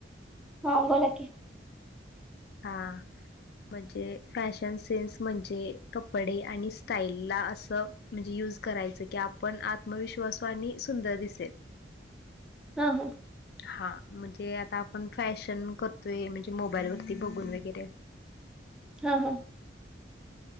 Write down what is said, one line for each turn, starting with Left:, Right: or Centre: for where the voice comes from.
Centre: हा बोला की
Left: हा म्हणजे फॅशन सेन्स म्हणजे कपडे आणि स्टाईलला असं- म्हणजे युज करायचं की आपण आत्मविश्वासू आणि सुंदर दिसेल.
Centre: हा हो
Left: हा म्हणजे आता आपण फॅशन करतोय, म्हणजे मोबाईल वरती बघून वगैरे
Centre: हा हा